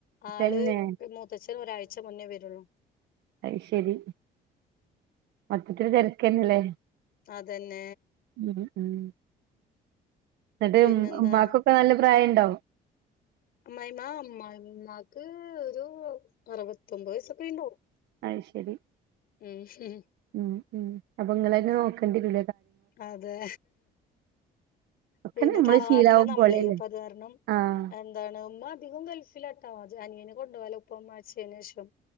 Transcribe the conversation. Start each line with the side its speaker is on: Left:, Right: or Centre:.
Left: ആള്
Right: തന്നെ
Left: മൂത്തച്ഛൻ ഒരാഴ്ച മുന്നേ വരൂള്ളൂ
Right: അയ്ശെരി മൊത്തത്തില് തെരക്കന്നല്ലേ
Left: അതന്നേ
Right: ഉം ഉം ന്നിട്ട്
Left: പിന്നെന്താ
Right: ഉമ് ഉമ്മാക്കൊക്കെ നല്ല പ്രായണ്ടോ
Left: അമ്മായിമ്മാ അമ്മായിമാക്ക് ഒരു അറുപത്തൊമ്പത് വയസ്സൊക്കെ ആയ്ണ്ടാവും
Right: അയ്ശരി
Left: ഉം
Right: ഉം ഉം അപ്പൊ നിങ്ങളന്നെ നോക്കേണ്ടി വരു
Left: അതെ
Right: ഒക്കെ
Left: പിന്നെ
Right: നമ്മള്
Left: തറവാട്ടിലാ
Right: ശീലാവും
Left: നമ്മളെ
Right: പോലെയല്ലേ
Left: അപ്പൊ അതുകാരണം
Right: ആഹ്
Left: എന്താണ് ഉമ്മാ അധികവും ഗൾഫിലാട്ടാ അജ് അനിയന് കൊണ്ടു പോവലാ ഉപ്പ ഉമ്മ മരിച്ചേനേഷം